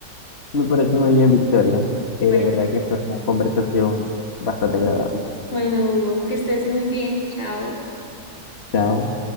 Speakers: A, on the left; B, on the left.
A: Me parece muy bien, Victoria. Eh,
B: Bueno,
A: de verdad que fue una conversación bastante agradable.
B: bueno, Hugo, que estés muy bien. Chao.
A: Chao.